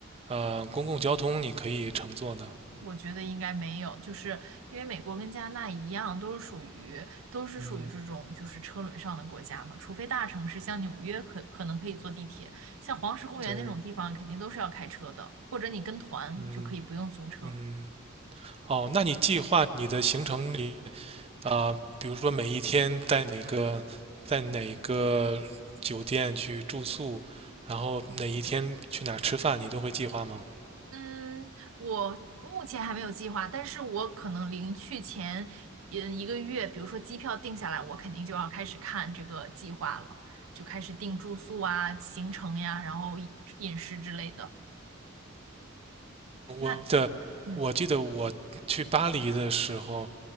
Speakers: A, on the right; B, on the right.
A: 呃公共交通你可以乘坐的？
B: 我觉得应该没有，就是因为美国跟加拿大一样，都是属于都是属于这种就是车轮上的国家嘛，
A: 嗯，
B: 除非大城市像纽约可可能可以坐地铁，像黄石公园那种地方肯定都是要开车的，
A: 对，
B: 或者你跟团就可以不用租车。
A: 嗯嗯。哦，那你计划你的行程里啊，比如说每一天在哪个在哪个酒店去住宿，然后哪一天去哪儿吃饭，你都会计划吗？
B: 嗯，我目前还没有计划，但是我可能临去前，嗯，一个月，比如说机票定下来，我肯定就要开始看这个计划了，就开始定住宿啊、行程呀，然后饮饮食之类的。
A: 我的，
B: 那嗯，
A: 我记得我去巴黎的时候